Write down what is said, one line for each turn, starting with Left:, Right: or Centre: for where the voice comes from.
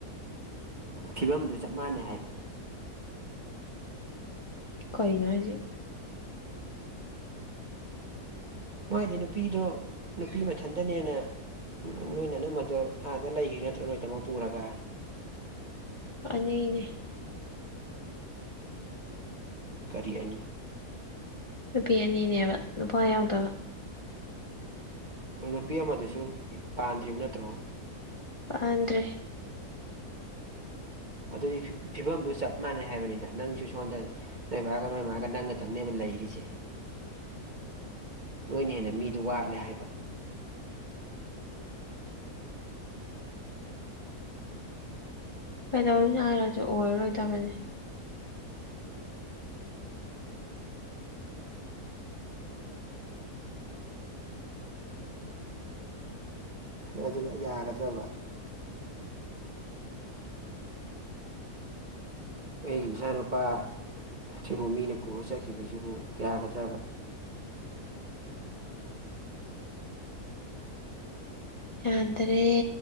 Right: ꯐꯤꯕꯝꯗꯨ ꯆꯞ ꯃꯥꯟꯅꯩ ꯍꯥꯏꯕ
Left: ꯀꯩꯅꯣ ꯍꯥꯏꯖꯦ
Right: ꯃꯣꯏꯗꯤ ꯅꯨꯄꯤꯗꯣ ꯅꯨꯄꯤ ꯃꯊꯟꯇꯅꯦꯅ ꯅꯣꯏ ꯅꯅꯝꯃꯗꯣ ꯑꯥꯗ ꯂꯩꯒꯤ ꯅꯠꯇ꯭ꯔꯣ ꯅꯣꯏ ꯇꯥꯃꯣ ꯄꯨꯔꯒ
Left: ꯑꯅꯤꯅꯦ
Right: ꯀꯔꯤ ꯑꯅꯤ
Left: ꯅꯨꯄꯤ ꯑꯅꯤꯅꯦꯕ ꯅꯨꯄꯥ ꯌꯥꯎꯗꯕ
Right: ꯅꯨꯄꯤ ꯑꯃꯗꯨꯁꯨ ꯄꯥꯟꯗ꯭ꯔꯤꯕ ꯅꯠꯇ꯭ꯔꯣ
Left: ꯄꯥꯟꯗ꯭ꯔꯤ
Right: ꯑꯗꯨꯗꯤ ꯐꯤ ꯐꯤꯕꯝꯗꯨ ꯆꯞ ꯃꯥꯟꯅꯩ ꯍꯥꯏꯕꯅꯤꯗ ꯅꯪꯁꯨ ꯁꯣꯟꯗ ꯅꯣꯏ ꯕꯥꯒ ꯅꯣꯏ ꯃꯥꯒ ꯅꯪꯒ ꯇꯪꯅꯦꯕ ꯂꯩꯔꯤꯁꯦ
Left: <inaudible>
Right: ꯅꯣꯏꯅ ꯍꯦꯟꯅ ꯃꯤꯗꯣ ꯋꯥꯠꯂꯦ ꯍꯥꯏꯕ
Left: ꯀꯩꯗꯧꯅꯤ ꯍꯥꯏꯔꯁꯨ ꯑꯣꯏꯔꯔꯣꯏꯗꯕꯅꯤ
Right: ꯑꯗꯨꯅ ꯌꯥꯒꯗ꯭ꯔꯕ ꯑꯩꯒꯤ ꯏꯆꯥꯅꯨꯄꯥ ꯁꯤꯕꯨ ꯃꯤꯅ ꯄꯨꯔꯥ ꯆꯠꯈꯤꯕꯖꯤꯕꯨ ꯌꯥꯒꯗ꯭ꯔꯕ
Left: ꯌꯥꯗ꯭ꯔꯦ